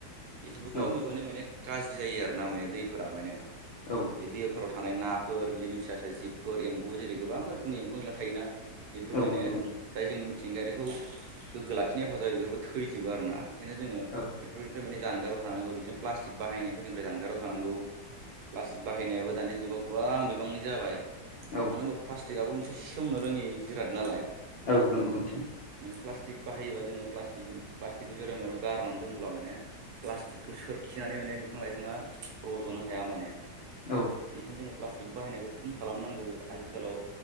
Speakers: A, on the right; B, on the left.
A: बेफोरबो गोबां
B: औ
A: बिबांनि माने गाज्रि जायो आरोना माने दैफोरा माने
B: औ
A: बे दैफोराव थानाय नाफोर बिदिनो फिसा फिसा जिबफोर एम्बु जेरै गोबां रोखोमनि एम्फौ एनला थायोना बेफोर
B: औ
A: माने
B: नंगौ
A: जाय
B: नोंथां
A: जोंनि मिथिंगायारिखौ गोग्गो लाखिनाय हेफाजाब जायो बेफोरफोरखौ थैजोबो आरो ना बेखायनो जोङो
B: औ
A: बेफोरबायनिफ्राय माने जानगाराव थानांगौ बिदिनो प्लासटिक बाहायनायफोरनि फ्राय जानगाराव थानांगौ प्लासटिक बाहायनायाबो दानि जुगाव गोबां बिबांनि जाबाय
B: औ
A: मानो होनबा प्लास्टिकाबो मोनसे सेवनो रोङि जिराद नालाय
B: औ नंगौ नोंथां
A: प्लास्टिक बाहायोबा जोङो प्लासटिक प्लास्टिकखौ जेरा मेराव गारनानै दोनोब्ला माने प्लास्टिकखौ सोरखिनानै माने बिफां लाइफाङा रज'नो हाया माने
B: औ
A: बेनिखायनो जोङो प्लास्टिक बाहायनायखौ खम खालामनांगौ आथिखालाव